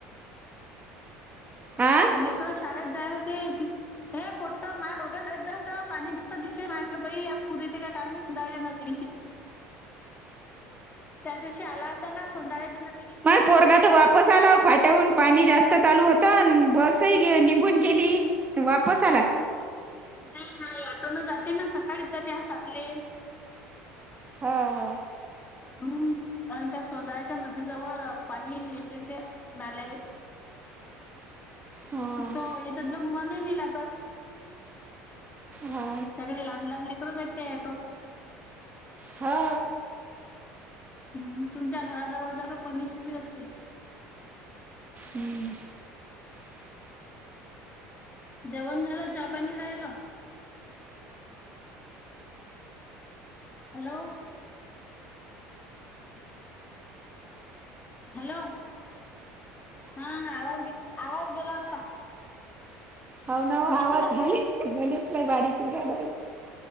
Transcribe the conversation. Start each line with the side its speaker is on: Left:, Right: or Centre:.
Right: हा
Left: लेकर शाळेत जायल होते यायची. हे पोटं माया पोरगा शाळेत जातं पाणी नुस्त दिसे माय म्हटलं बाई या पूर येते काय काय माहित. <unintelligible> त्या दिवशी आला होता ना सौंदाळ्याच्या नदीले? पूर.
Right: माय पोरगा तर वापस आला फाट्याहून पाणी जास्त चालू होतं अन बसही गे निघून गेली. वापस आला
Left: नाही नाही आता ना जाते ना सकाळीच जाते हा सातले.
Right: हा हा
Left: हम्म आणि त्या सोंदळ्याच्या नदी जवळ पाणी येतील त्या नाल्याले.
Right: हा
Left: तो येर तडलोक मनही नाही लागत.
Right: हा.
Left: सगळे लहान लहान लेकरच वाटते एटोत.
Right: हा
Left: हम्म तुमच्या घराजवळ जा जो पनिश बी अस
Right: हम्म.
Left: जेवण झालं चहा पाणी राहिलं. हॅलो. गेला हॅलो हा आवाज गे आवाज गेला होता.
Right: हाव ना हो
Left: बसजा
Right: आवाज मले मलेस लय बारीक <unintelligible> आला बाई.